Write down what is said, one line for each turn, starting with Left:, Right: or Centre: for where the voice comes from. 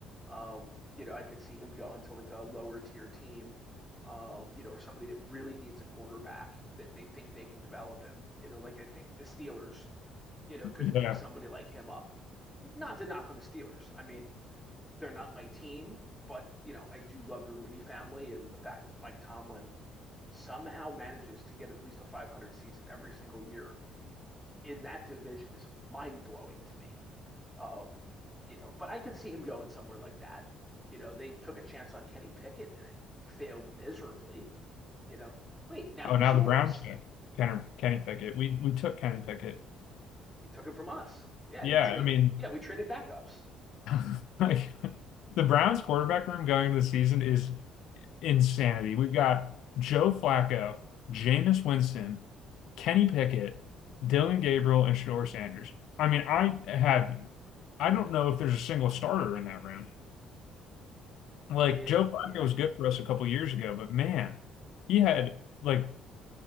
Centre: Um, you know, I could see him going to like a lower tier team, um, you know, or somebody that really needs a quarterback that they think they can develop him. You know, like I think the Steelers, you know, could
Left: Yeah.
Centre: pick somebody like him up. Not to knock on the Steelers. I mean, they're not my team, but you know, I do love the Rooney family and the fact that Mike Tomlin somehow manages to get at least a 500 season every single year in that division is mind blowing to me. Um, you know, but I could see him going somewhere like that. You know, they took a chance on Kenny Pickett and it failed miserably. You know, wait, now
Left: Oh,
Centre: he's
Left: now
Centre: yours.
Left: the Browns got Kenny, Kenny Pickett. We we took Kenny Pickett.
Centre: He took him from us. Yeah,
Left: Yeah,
Centre: you trade.
Left: I mean,
Centre: Yeah, we traded backups.
Left: <laughs> like the Browns quarterback room going into the season is insanity. We've got Joe Flacco, Jameis Winston, Kenny Pickett, Dylan Gabriel, and Shador Sanders. I mean, I have I don't know if there's a single starter in that room. Like
Centre: Yeah,
Left: Joe Flacco
Centre: yeah.
Left: was good for us a couple years ago, but man, he had like